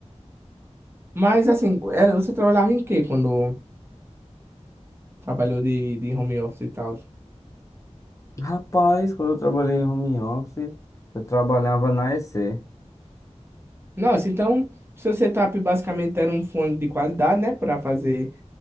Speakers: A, on the right; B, on the left.
A: Mas assim, era, você trabalhava em quê quando trabalhou de, de home office e tal?
B: Rapaz, quando eu trabalhei em home office, eu trabalhava na EC.
A: Nossa, então seu setup basicamente era um fone de qualidade, né? para fazer